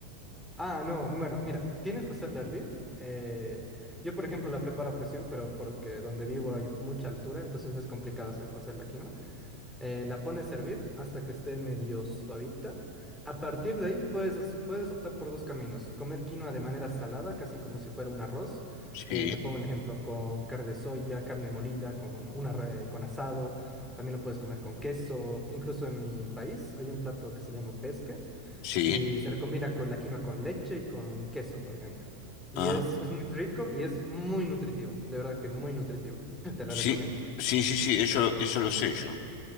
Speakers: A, in the centre; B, on the left (about 45°).
A: Ah, no, bueno, mira, tienes que hacerla hervir. Eh, yo, por ejemplo, la preparo a presión, pero porque donde vivo hay mucha altura, entonces es complicado hacer cocer la quinoa. eh, la pones a hervir hasta que esté medio suavita. A partir de ahí puedes, as- puedes optar por dos caminos. Comer quinoa de manera salada, casi como si fuera un arroz.
B: Sí,
A: Eh, te pongo el ejemplo con carne de soya, carne molida, con, una, re- con asado. También lo puedes comer con queso. Incluso en mi país hay un plato que se llama pesque
B: sí.
A: y se le combina con la quinoa con leche y con queso, por ejemplo. Y
B: Ah,
A: es, es muy rico y es muy nutritivo. De verdad que muy nutritivo. <laughs> Te la
B: sí,
A: recomiendo.
B: sí, sí, sí, eso, eso lo sé yo.